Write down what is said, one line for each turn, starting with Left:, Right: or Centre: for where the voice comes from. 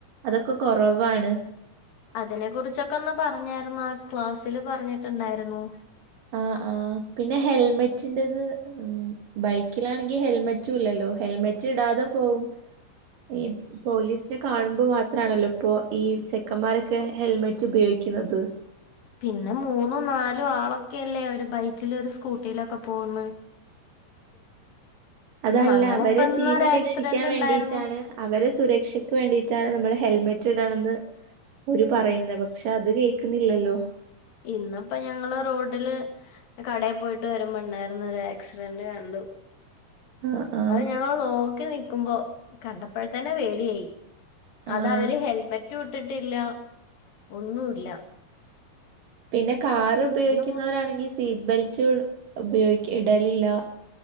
Right: അതൊക്കെ കൊറവാണ്
Left: അതിനെക്കുറിച്ചൊക്കെ അന്ന് പറഞ്ഞാരുന്ന് ആ ക്ലാസ്സില് പറഞ്ഞിട്ടുണ്ടായിരുന്നു
Right: ആ ആ പിന്നെ ഹെൽമെറ്റിന്റത് ഉം ബൈക്കിലാണെങ്കിൽ ഹെൽമെറ്റും ഇല്ലല്ലോ ഹെൽമെറ്റ് ഇടാതെ പോവും ഈ പോലീസിനെ കാണുമ്പോ മാത്രാണല്ലോ ഇപ്പൊ ഈ ചെക്കന്മാരൊക്കെ ഹെൽമെറ്റ് ഉപയോഗിക്കുന്നത്
Left: പിന്നെ മൂന്നും നാലും ആളൊക്കെയല്ലേ ഒരു ബൈക്കില് ഒരു സ്കൂട്ടിയിലൊക്കെ പോവുന്നെ
Right: അതല്ല
Left: അങ്ങനെ
Right: അവരെ
Left: ഇപ്പ ഇന്നൊരു
Right: ജീവൻ
Left: ആക്സിഡന്റ്
Right: രക്ഷിക്കാൻ വേണ്ടിട്ടാണ്
Left: ഉണ്ടായിരുന്നു
Right: അവരെ സുരക്ഷക്ക് വേണ്ടിട്ടാണ് നമ്മളെ ഹെൽമെറ്റ് ഇടണെന്ന് ഓര് പറയുന്നെ പക്ഷെ അത് കേൾക്കുന്നില്ലല്ലോ
Left: ഇന്ന്പ്പോ ഞങ്ങള് റോഡില് കടേ പോയിട്ട് വരുമ്പണ്ടാര് അവിടെന്ന് ഒരു ആക്സിഡന്റ് കണ്ടു
Right: ആഹ് ആഹ്
Left: അത് ഞങ്ങള് നോക്കി നി ക്കുമ്പോ കണ്ടപ്പൊഴ്തന്നെ പേടിയായി
Right: ആഹ്
Left: അതവര് ഹെൽമെറ്റ് റ്റ് വുട്ടിട്ടില്ല ഒന്നുല്ല
Right: പിന്നെ കാർ ഉപയോഗിക്കുന്നവരാണെങ്കിൽ
Left: ഉം,
Right: സീ സീറ്റ് ബെൽറ്റ് ഉപയോഗിക്ക ഇടലില്ല